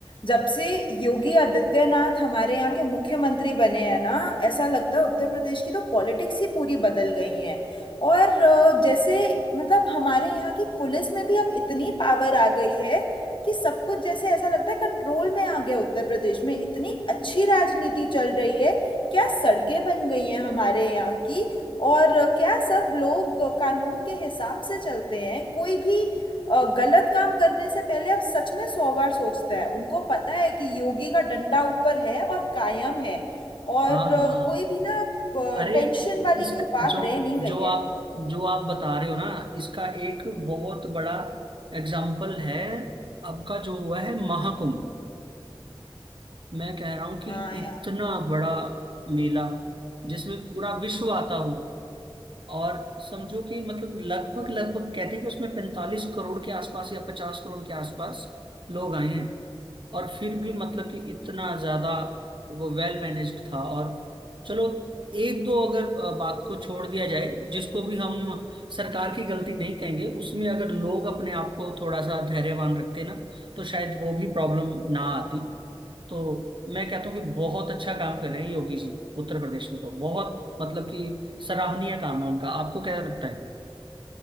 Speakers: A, on the left; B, on the right.
A: जब से योगी आदित्यनाथ हमारे यहाँ के मुख्यमंत्री बने हैं ना ऐसा लगता है उत्तर प्रदेश की तो पॉलिटिक्स ही पूरी बदल गई है और अ, जैसे मतलब हमारे यहाँ की पुलिस में भी अब इतनी पावर आ गई है कि सब कुछ जैसे ऐसा लगता है कंट्रोल में आ गया उत्तर प्रदेश में इतनी अच्छी राजनीति चल रही है क्या सड़कें बन गई हैं हमारे यहाँ की और क्या सब लोग कानून के हिसाब से चलते हैं कोई भी अ, गलत काम करने से पहले अब सच में सौ बार सोचता है उनको पता है कि योगी का डंडा ऊपर है और कायम है और
B: हाँ
A: अ,
B: हाँ
A: कोई भी ना
B: अरे
A: टेंशन वाली
B: इस
A: कोई बात
B: जो
A: रह नहीं गई
B: जो
A: है
B: आप जो आप बता रहे हो ना इसका एक बहुत बड़ा एग्जाम्पल है आपका जो हुआ है महाकुंभ मैं कह रहा हूँ कि
A: हाँ
B: इतना बड़ा मेला जिसमें पूरा विश्व आता हो और समझो कि मतलब लगभग लगभग कहते हैं कि उसमें पैंतालीस करोड़ के आसपास या पचास करोड़ के आसपास लोग आए हैं और फिर भी मतलब कि इतना ज्यादा वो वेल मैनेज्ड था और चलो एक दो अगर अ, बात को छोड़ दिया जाए जिसको भी हम सरकार की गलती नहीं कहेंगे उसमें अगर लोग अपने आप को थोड़ा सा धैर्यवान रखते ना तो शायद वो भी प्रॉब्लम ना आती तो मैं कहता हूँ कि बहुत अच्छा काम कर रहे हैं योगी जी उत्तर प्रदेश में तो बहुत मतलब कि सराहनीय काम है उनका आपको क्या लगता है